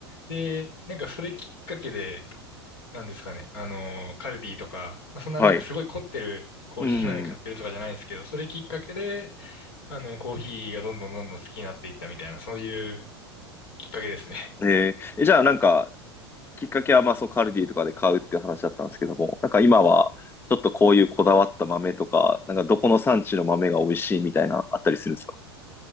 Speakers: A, on the left (about 65°); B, on the left (about 15°).
A: で、なんかそれきっかけで、なんですかね、あの、カルディとか、まあ、そんななんかすごい凝ってるコーヒー豆買ってるとかじゃないんですけど、
B: はい。うん。
A: それきっかけで、あの、コーヒーがどんどんどんどん好きになっていったみたいな、そういうきっかけですね。
B: えーえじゃあなんか、きっかけはまあそう、カルディとかで買うっていう話だったんですけども、なんか今は、ちょっとこういうこだわった豆とか、なんかどこの産地の豆が美味しいみたいな、あったりするんですか